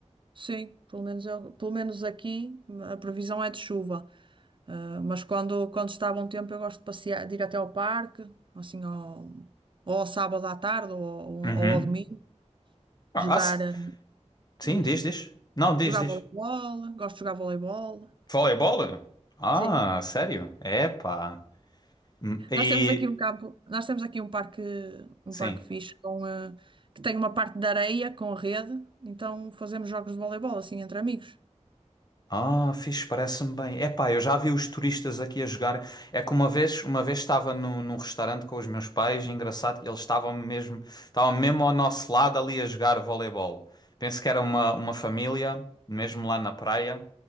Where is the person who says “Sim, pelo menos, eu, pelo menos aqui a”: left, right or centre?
Right